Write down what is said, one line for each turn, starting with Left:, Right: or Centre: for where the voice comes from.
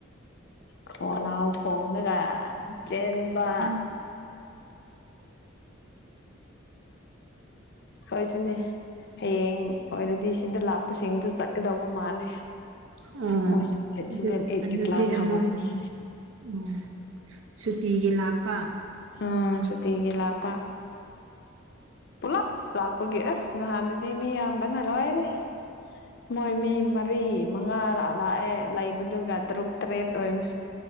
Left: ꯈꯣꯡꯂꯥꯎ ꯈꯣꯡꯂꯒ ꯆꯦꯟꯕ
Right: ꯎꯝ
Left: ꯍꯣꯏꯁꯨꯅꯦ ꯍꯌꯦꯡ ꯑꯣꯏꯔꯗꯤ ꯁꯤꯗ ꯂꯥꯛꯄꯁꯤꯡꯗꯣ ꯆꯠꯀꯗꯧꯕ ꯃꯥꯜꯂꯦ
Right: ꯎꯝ
Left: ꯃꯣꯏꯁꯨ ꯗꯦꯠ
Right: ꯑꯗꯨ
Left: ꯁꯕꯦꯟ ꯑꯩꯠ
Right: ꯑꯗꯨꯗꯤ
Left: ꯇꯩ ꯀ꯭ꯂꯥꯁ
Right: ꯑꯃꯨꯛ
Left: ꯍꯧꯔꯅꯤ
Right: ꯑꯣ ꯁꯨꯇꯤꯒꯤ ꯂꯥꯛꯄ
Left: ꯎꯝ ꯁꯨꯇꯤꯒꯤ ꯂꯥꯛꯄꯥ ꯄꯨꯂꯞ ꯂꯥꯛꯄꯒꯤ ꯑꯁ ꯅꯍꯥꯟꯗꯨꯗꯤ ꯃꯤ ꯌꯥꯝꯕꯅ ꯂꯣꯏꯔꯦ ꯃꯣꯏ ꯃꯤ ꯃꯔꯤ ꯃꯉꯥ ꯂꯥꯛꯑꯦ ꯂꯩꯕꯗꯨꯒ ꯇꯔꯨꯛ ꯇꯔꯦꯠ ꯑꯣꯏꯕ